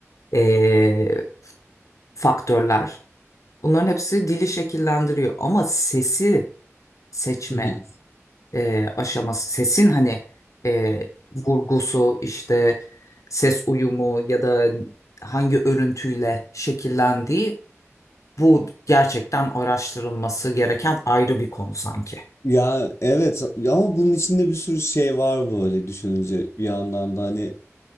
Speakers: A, on the left; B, on the left.
A: e, faktörler. Bunların hepsi dili şekillendiriyor. Ama sesi seçme.
B: <laughs>
A: e, aşaması sesin hani e, vurgusu işte ses uyumu ya da hangi örüntüyle şekillendiği bu gerçekten araştırılması gereken ayrı bir konu sanki.
B: Ya evet ama bunun içinde bir sürü şey var böyle düşününce bir yandan da hani